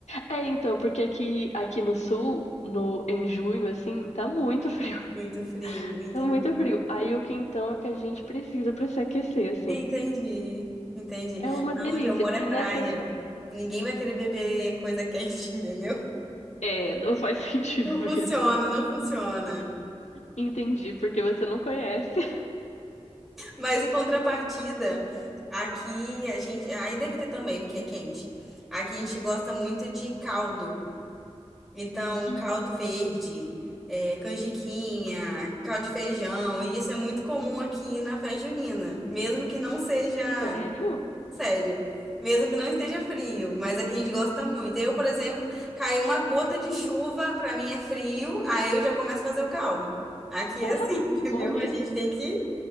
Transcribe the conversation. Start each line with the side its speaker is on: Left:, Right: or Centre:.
Left: É, então, porque aqui, aqui no sul, no, em junho, assim, tá muito frio.
Centre: Muito
Left: <laughs>
Centre: frio, entendi.
Left: Tá muito frio. Aí o quentão é o que a gente precisa pra se aquecer, assim.
Centre: Entendi, entendi.
Left: É uma delícia.
Centre: Onde eu moro
Left: E
Centre: é praia.
Left: nessas.
Centre: Ninguém vai querer beber coisa quente, <laughs> entendeu?
Left: É, não faz <laughs> sentido
Centre: Não
Left: mesmo.
Centre: funciona, não funciona.
Left: Entendi, porque você não conhece.
Centre: Mas em contrapartida, aqui a gente. Aí deve ter também, porque é quente. Aqui a gente gosta muito de caldo. Então,
Left: Uhum.
Centre: caldo verde, é, canjiquinha, caldo de feijão. E isso é muito comum aqui na festa junina. Mesmo que não seja.
Left: Sério?
Centre: Sério. Mesmo que não esteja frio, mas aqui a gente gosta muito. Eu, por exemplo, cai uma gota de chuva, pra mim é frio, aí eu já começo a fazer o caldo. Aqui
Left: <laughs>
Centre: é assim, <laughs> entendeu?
Left: Morri.
Centre: A gente tem que